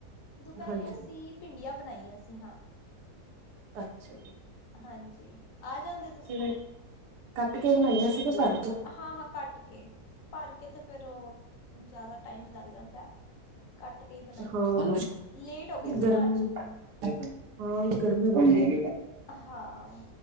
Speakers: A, on the left (about 65°); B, on the right (about 85°).
A: ਦੁਪਹਿਰੇ
B: ਹਾਂਜੀ
A: ਅਸੀਂ ਭਿੰਡੀਆਂ ਬਣਾਈ ਆ ਸੀ ਹਾਂ।
B: ਅੱਛਾ ਜੀ।
A: ਹਾਂਜੀ। ਆ ਜਾਂਦੇ
B: ਤੇ ਕੱਟ ਕੇ ਬਣਾਈਆਂ ਸੀ। ਕਿ ਭਰ ਕੇ
A: ਹਾਂ-ਹਾਂ, ਕੱਟ ਕੇ, ਭਰ ਕੇ ਤੇ ਫੇਰ ਉਹ ਜ਼ਿਆਦਾ ਟਾਈਮ ਲੱਗ ਜਾਂਦਾ ਹੈ ਕੱਟ ਕੇ ਹੀ ਬਣਾਈਆਂ
B: ਹਾਂ,
A: ਸੀ ਲੇਟ ਹੋ ਗਏ ਸੀ
B: ਗਰਮੀ
A: ਨਾ ਅੱਜ
B: ਹਾਂ ਗਰਮੀ ਬੜੀ
A: ਹਾਂ।